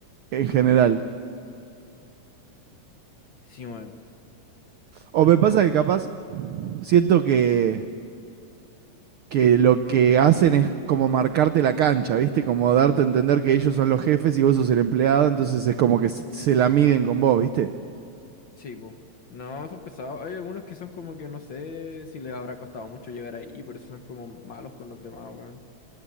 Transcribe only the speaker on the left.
Sí, weón.
A
ver.
Sí, pues. No, son pesados. Hay algunos que son como que no sé si les habrá costado mucho llegar ahí, por eso son como malos con los demás, weón.